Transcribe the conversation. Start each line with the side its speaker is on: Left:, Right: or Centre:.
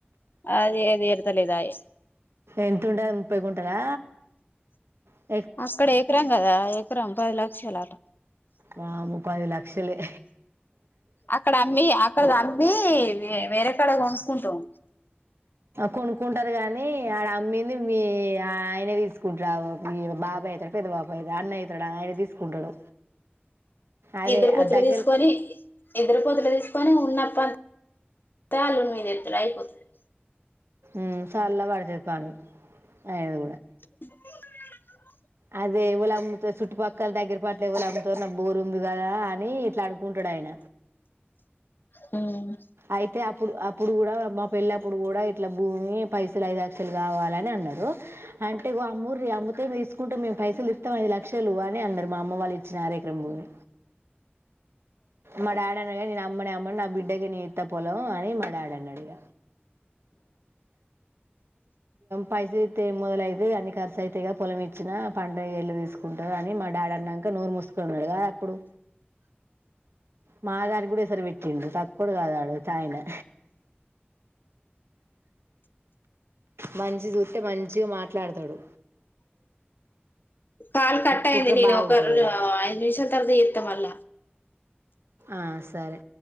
Left: అది అది ఎడతలేదాయే
Right: ఎంత ఉండే ముప్పై గుంటలా ఆ
Left: అక్కడ ఎకరం కదా ఎకరం పది లక్షలా
Right: వామ్మో పది లక్షలే
Left: అక్కడ అమ్మి అక్కడ అమ్మి వేరేక్కడ ఉంచుకుంటాం
Right: కొనుక్కుంటారు కాగానీ ఆడ అమ్మింది మీ ఆ ఆయనే తీసుకుంటారు ఈ బాబాయ అవుతాడు పెద్ద బాబాయ అ అన్న అవుతాడు ఆయన తీసుకుంటాడు అదే
Left: ఇద్దరు పొత్తులు
Right: ఆ దగ్గర
Left: తీసుకొని ఇద్దరు పొత్తులు తీసుకొని ఉన్నప్పుడు ప మీద ఏతలు అయిపోతది <unintelligible>
Right: ఉమ్ సల్ల పడ్డది పానం ఐదు
Left: ఆ
Right: అ అదే ఎవలు అమ్ముతరు చుట్టుపక్కల దగ్గరపాట్ల ఎవళ అమ్ముతరు నాకు బోరు ఉంది కదా అని ఇట్లా అడుకుంటాడు ఆయన
Left: మ్మ్
Right: అయితే అప్పుడు అప్పుడు కూడా పెళ్ళప్పుడు కూడా ఇట్లా భూమి పైసలు ఐదు లక్షలు కావాలని అన్నారు అంటే అమ్మూర్ అ ఇస్తే తీసుకుంటము మేము పైసలు ఇస్తాంది లక్షలు అని అందరు మా అమ్మ వాళ్ ఇచ్చిన అర ఎక్రం భూమి మా డాడనేగా నేను అమ్మనే అమ్మను నా బిడ్డకి న అట్ట పోలము అని మడాడి అన్నాడు ఇగ పైసలు అయితే మొదలైథై అన్ని ఖర్చు అతతేగా పొలం ఇచ్చినా పండగ ఎళ్ళ తీసుకుంటారు అని మా డాడ అన్నాక నోరు మూసుకున్నాడు గదా అప్పుడు మా దానికి కూడా ఎసరు పెట్టిండు తక్కువడు కాదాడు తయినా మంచి చుతే మంచిగా మాట్లాడతాడు.
Left: కాల్ కట్ అయింది
Right: కుట్ర
Left: నేను
Right: బాగుంటుంది
Left: ఒక
Right: ఆడ.
Left: ఐదు నిమిషాల తర్వాత ఇస్తా మళ్ళ
Right: ఆ సరే